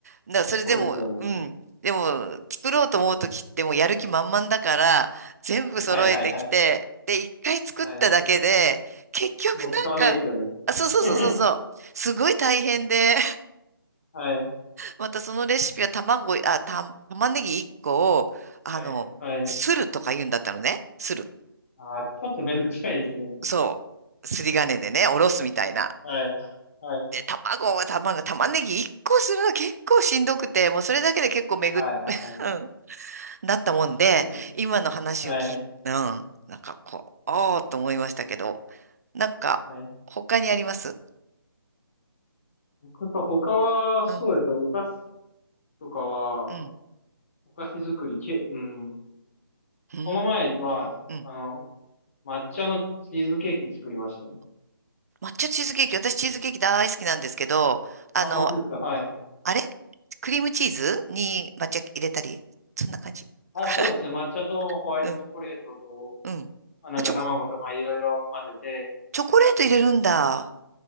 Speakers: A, on the right; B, on the left.
A: な、それでも、
B: そうですよね。
A: うん。でも、作ろうと思うときってもうやる気満々だから、全部揃えてきて、
B: はいはいはい。
A: で、一回作っただけで、
B: はい。
A: 結局なんか、
B: もう使わないですよね。
A: あ、そうそうそうそうそう、
B: <laughs>
A: すごい大変で、
B: はい、
A: またそのレシピは卵、あ、た、玉ねぎ1個を、あの、
B: はい、はい。
A: するとか言うんだったのね。する。
B: ああ、ちょっとめんどくさいですね。
A: そう。すり金でね、おろすみたいな。
B: はい、はい、
A: で、卵は玉、玉ねぎ1個するの結構しんどくて、もうそれだけで結構めぐっ、
B: はい、
A: <laughs>
B: はい、はい。
A: うんなったもんで、
B: <laughs>
A: 今の話を聞い、
B: はい、
A: うん、なんかこう、ああと思いましたけど、なんか、
B: はい。
A: 他にあります
B: 僕は他は、
A: うん、
B: そうですね。お菓子とかは、
A: うん、
B: お菓子作りけ、うん。
A: うん、
B: この前は、
A: うん。
B: あの、抹茶のチーズケーキ作りましたね。
A: 抹茶チーズケーキ、私チーズケーキ大好きなんですけど、あの、
B: あ、本当ですか。はい。
A: あれクリームチーズに抹茶入れたり、そんな感じ。
B: あ、
A: <laughs>
B: そうですね。抹茶とホワイトチョコレートと、
A: うん、うん。
B: まあなんか卵とまあいろいろ混ぜて。
A: あ、チョコ、チョコレート入れるんだ。あ